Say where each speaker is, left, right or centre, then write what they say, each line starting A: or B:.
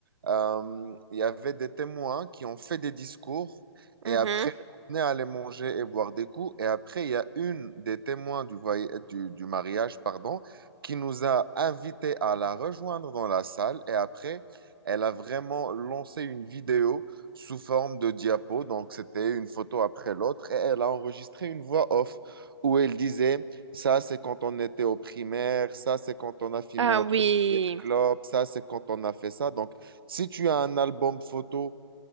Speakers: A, on the right (about 55°); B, on the right (about 80°).
A: euh, il y avait des témoins qui ont fait des discours et
B: Mhm.
A: après, on est allé manger et boire des coups. Et après, il y a une des témoins du, voy- du, du mariage, pardon, qui nous a invités à la rejoindre dans la salle. Et après, elle a vraiment lancé une vidéo sous forme de diapo. Donc, c'était une photo après l'autre. Et elle a enregistré une voix off où elle disait... Ça, c'est quand on était au primaire, ça, c'est quand on a filmé
B: Ah
A: notre
B: oui.
A: première clope, ça, c'est quand on a fait ça. Donc, si tu as un album photo,